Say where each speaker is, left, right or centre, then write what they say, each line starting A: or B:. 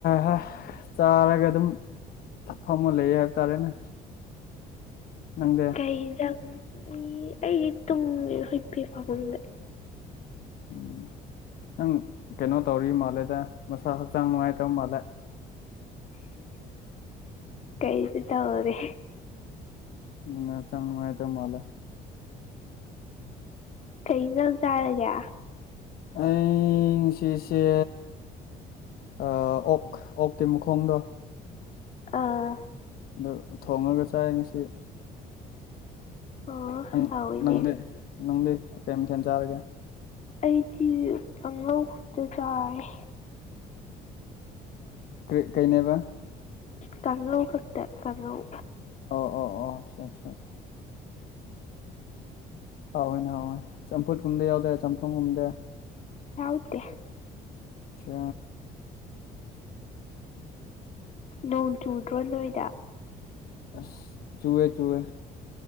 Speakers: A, on the left (about 60°); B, on the left (about 45°).
A: ꯍꯥ ꯆꯥꯔꯒ ꯑꯗꯨꯝ ꯊꯛꯐꯝ ꯑꯃ ꯂꯩꯌꯦ ꯍꯥꯏꯕ ꯇꯥꯔꯦꯅꯦ ꯅꯪꯗꯤ
B: ꯀꯩ ꯍꯤꯟꯖꯥꯡ ꯑꯩ ꯑꯩꯗꯤ ꯇꯨꯝꯃꯦꯗ ꯍꯨꯏꯄꯤ ꯐꯥꯃꯨꯡꯗ
A: ꯎꯝ ꯅꯪ ꯀꯩꯅꯣ ꯇꯧꯔꯤ ꯃꯥꯜꯂꯦꯗ ꯃꯁꯥ ꯍꯛꯆꯥꯡ ꯅꯨꯡꯉꯥꯏꯇꯕ ꯃꯥꯜꯂꯦ
B: ꯀꯩꯁꯨ ꯇꯧꯗꯦ
A: ꯃꯪꯉꯥ ꯍꯛꯆꯥꯡ ꯅꯨꯉꯥꯏꯇ ꯃꯥꯂꯦ
B: ꯀꯩ ꯖꯥꯡ ꯆꯥꯔꯒꯦ
A: ꯑꯩ ꯉꯁꯤꯁꯦ ꯑꯥ ꯑꯣꯛ ꯑꯣꯛꯀꯤ ꯃꯈꯣꯡꯗꯣ
B: ꯑꯥ
A: ꯗꯨ ꯊꯣꯡꯉꯒ ꯆꯥꯏ ꯉꯁꯤ
B: ꯑꯣ
A: ꯅꯪ
B: ꯍꯥꯎꯋꯤꯅꯦ
A: ꯅꯪꯗꯤ ꯅꯪꯗꯤ ꯀꯩ ꯃꯊꯦꯟ ꯆꯥꯔꯒꯦ
B: ꯑꯩꯗꯤ ꯑꯉꯧ ꯈꯨꯠꯇꯣ ꯆꯥꯏꯌꯦ
A: ꯀ꯭ꯔꯤ ꯀꯩꯅꯦꯕ
B: ꯇꯥꯡꯂꯧ ꯈꯛꯇꯦ ꯇꯥꯡꯉꯧ
A: ꯑꯣ ꯑꯣ ꯑꯣ ꯆꯥ ꯆꯥ ꯆꯥ ꯍꯥꯎꯏꯅꯦ ꯍꯥꯎꯏꯅꯦ ꯆꯝꯐꯨꯠ ꯀꯨꯝꯕꯗꯤ ꯌꯥꯎꯗ꯭ꯔꯦ ꯆꯝꯊꯣꯡꯒꯨꯝꯗꯦ
B: ꯌꯥꯎꯗꯦ
A: ꯁꯦ
B: ꯅꯣꯡ ꯆꯨꯗ꯭ꯔꯣ ꯅꯣꯏꯗ
A: ꯑꯁ ꯆꯨꯋꯦ ꯆꯨꯋꯦ